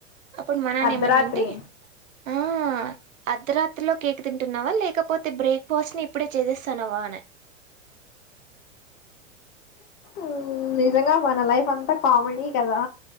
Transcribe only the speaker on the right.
అప్పుడు మననేమన్నంటే
ఆ అద్ద రా రీలో కేక్ తింటున్నావా లేకపోతే తే బ్రేక్ఫాస్ట్ ని ఇప్పుడే చేేస్తానవా అన